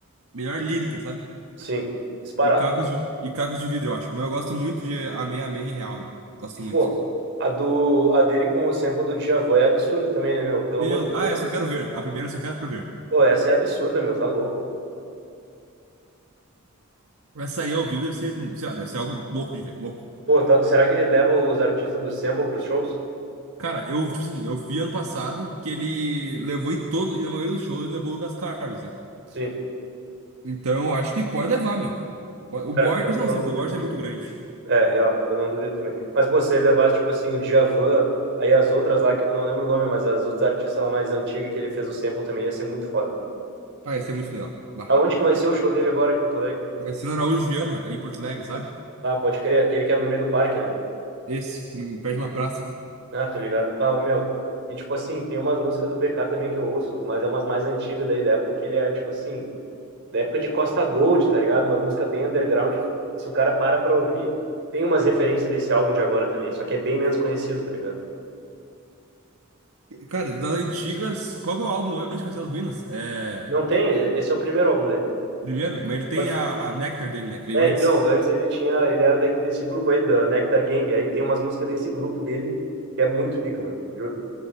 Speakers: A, on the right; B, on the right.
A: melhor lírica, sabe?
B: Sim, disparado.
A: E Cacos de, e Cacos de Vidro, eu acho. Mas eu gosto muito de Amém, Amém em Real, meu. Gosto
B: E, pô,
A: muito.
B: a, do, a dele com o sample do Djavan é absurdo também, né, meu? Pelo
A: Meu,
B: amor de
A: ah,
B: Deus.
A: é Só Quero Ver. A primeira, é Só Quero Ver.
B: Pô, essa é absurda, meu, tá louco.
A: Essa aí ao vivo deve ser, sei lá, deve ser algo louco de ver, louco.
B: Pô, tá- será que ele leva os artistas do Sample pros shows?
A: Cara, eu, tipo assim, eu vi ano passado que ele levou em todo, e na maioria dos shows ele levou o Lucas Carlos, né?
B: Sim.
A: Então, acho que pode levar, meu. Po- O Borges
B: Cara, pior que
A: não
B: eu não
A: sei,
B: duvido
A: porque o Borges
B: também.
A: é muito grande.
B: É, real, eu não duvido também. Mas, pô, se ele levasse, tipo assim, o Djavan, aí as outras lá, que eu não lembro o nome, mas as outras artistas lá mais antigas que ele fez o Sample também ia ser muito foda.
A: Ah, ia ser muito legal. Lá.
B: Aonde que vai ser o show dele agora em Porto Alegre?
A: Marcelo Araújo Viana, ali em Porto Alegre, sabe?
B: Ah, pode crer, aquele que é no meio do parque, né?
A: Esse, hum, perto de uma praça.
B: Ah, tô ligado. Ah, ô, meu. E, tipo assim, tem umas músicas do BK também que eu ouço, mas é umas mais antigas daí, da época que ele é, tipo assim. da época de Costa Gold, tá ligado? Uma música bem underground. E se o cara para pra ouvir, tem umas referências desse álbum de agora também, só que é bem menos conhecido, tá ligado?
A: Cara, das antigas, qual que é o álbum antes de Castelo Ruínas? É.
B: Não tem, esse é o primeiro álbum dele.
A: Primeiro, mas ele tem
B: Só que,
A: a, a Nectar dele, né? Que veio
B: é,
A: antes.
B: então, antes ele tinha, ele era daqui desse grupo aí, da Nectar Gang, aí tem umas músicas desse grupo dele, que é muito pica, meu, juro.